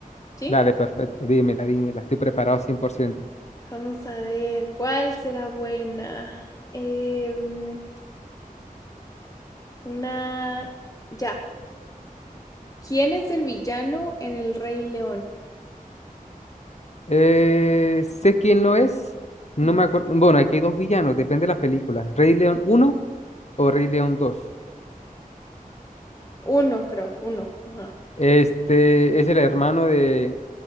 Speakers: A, on the left; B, on the left.
A: ¿sí?
B: Dale, perfecto, dímela, dímela, estoy preparado 100%.
A: Vamos a ver, ¿cuál será buena? Em, una... Ya. ¿Quién es el villano en El Rey León?
B: Eh, sé quién lo es, no
A: Ujú.
B: me acuerdo. Bueno, aquí hay dos villanos, depende de la película. Rey León uno o Rey León dos
A: Uno, creo, uno. Ajá.
B: Este es el hermano de,